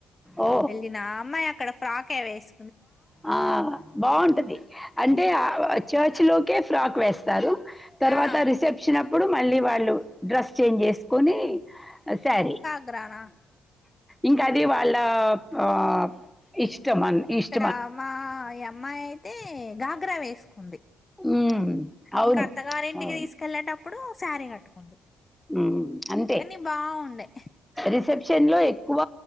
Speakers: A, in the centre; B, on the left (about 25°).
A: ఓ
B: వెళ్ళినా అమ్మాయి అక్కడ ఫ్రాకే వేసు
A: ఆ బాగుంటది అంటే ఆ చర్చ్ లోకే ఫ్రాక్ వేస్తారు తర్వాత
B: ఆ
A: రిసెప్షన్ అప్పుడు మళ్ళీ వాళ్ళు డ్రస్చేంజ్ చేసుకొని సారీ
B: ద్రణ
A: ఇంకా అది వాళ్ళా ఆ ఇష్టం అని ఇష్ట
B: ఆ మా యమ్మాయి అయితే గాగ్రా వేస్కుంది
A: ఉమ్ అవును
B: ఇంకా అత్తగారింటికి
A: అవును
B: తీసుకెళ్ళేటప్పుడు సారీ కట్టుకుంది
A: ఉహ్ అంతే
B: కానీ బాగుండే
A: రిసెప్షన్ లో ఎక్కువ